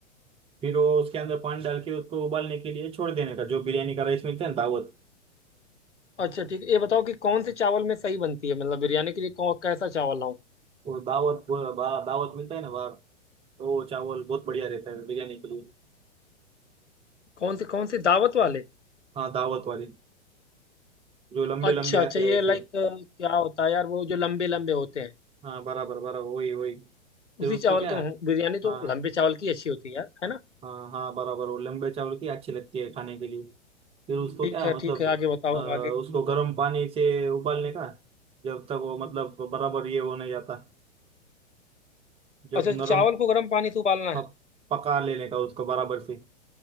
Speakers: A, on the right; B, on the left.
A: फिर वो उसके अंदर पानी डाल के उसको उबालने के लिए छोड़ देने का जो बिरयानी का राइस मिलता है ना दावत
B: अच्छा ठीक है ये बताओ कि कौन से चावल में सही बनती है मतलब बिरयानी के लिए कौन कैसा चावल लाऊं
A: वो दावत वो बा- दावत मिलता है ना बाहर तो वो चावल बहुत बढ़िया रहता है बिरयानी के लिए
B: कौन से कौन से दावत वाले
A: हाँ दावत वाले जो लंबे
B: अच्छा
A: लंबे
B: अच्छा
A: आते
B: ये
A: हैं ऐसे
B: लाइक क्या होता है यार वो जो लंबे लंबे होते हैं
A: हाँ बराबर बराबर वही वही फिर
B: उसी
A: उसको
B: चावल
A: क्या
B: के हों- बिरयानी
A: हाँ
B: तो लंबे चावल की अच्छी होती है यार है ना
A: हाँ हाँ बराबर वो लंबे चावल की अच्छी लगती है खाने के लिए फिर उसको
B: ठीक
A: क्या
B: है
A: मतलब
B: ठीक है आगे बताओ
A: अ,
B: अब आगे
A: उसको गर्म पानी से उबालने का जब तक वो मतलब बराबर ये हो नहीं जाता जब
B: अच्छा चावल
A: नरम
B: को गर्म पानी से उबालना
A: प-
B: है
A: पका लेने का उसको बराबर से